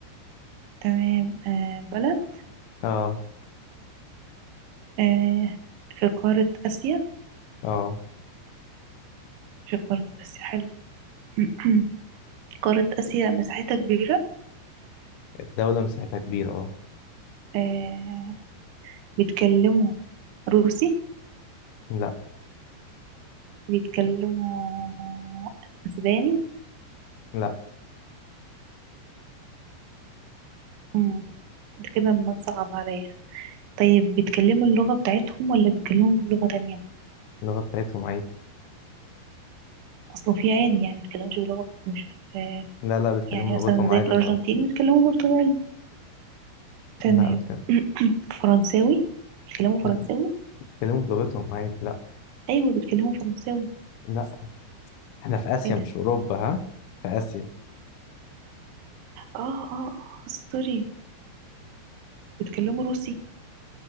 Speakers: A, on the right; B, on the left.
A: تمام آه بلد
B: اه
A: آه في قارة آسيا
B: اه
A: في قارة آسيا حلو <clears throat> قارة آسيا مساحتها كبيرة
B: الدولة مساحتها كبيرة اه
A: آه بيتكلموا روسي
B: لا
A: بيتكلموا أسباني
B: لا
A: مم، ده كده ما تصعب عليا طيب بيتكلموا اللغة بتاعتهم ولا بيتكلموا بلغة تانية
B: اللغة بتاعتهم عادي
A: أصله في عادي يعني بيتكلموش بلغة مش آه
B: لا لا بيتكلموا
A: يعني مثلا
B: لغتهم
A: زي
B: عادي
A: الأرجنتين
B: خالص
A: بيتكلموا برتغالي تمام
B: لا بيتكلموا
A: <clears throat> فرنساوي بيتكلموا فرنساوي
B: لا بيتكلموا بلغتهم عادي لا
A: أيوة بيتكلموا فرنساوي
B: لا احنا في آسيا
A: ايه ده
B: مش أوروبا ها في آسيا
A: اه اه اه سوري بيتكلموا روسي